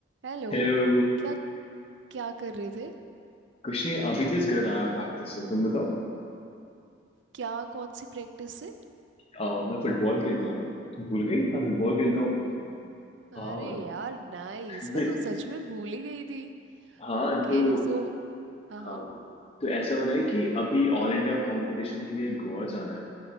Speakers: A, on the right (about 85°); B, on the left (about 35°).
A: Hello
B: Hello
A: क्या क्या कर रहे थे
B: कुछ नहीं अभी जस्ट घर आया प्रैक्टिस से तुम बताओ
A: क्या कौन सी प्रैक्टिस से
B: अ, मैं फुटबॉल खेलता हूँ ना तुम भूल गई मैं फुटबॉल
A: ओ
B: खेलता हूँ हाँ
A: अरे यार नाइस
B: <laughs>
A: मैं तो सच में भूल ही गई थी
B: हाँ
A: ओके
B: तो
A: सो हाँ हाँ
B: हाँ तो ऐसा हो रहा है कि अभी ऑल इंडिया कंपटीशन के लिए गोवा जाना है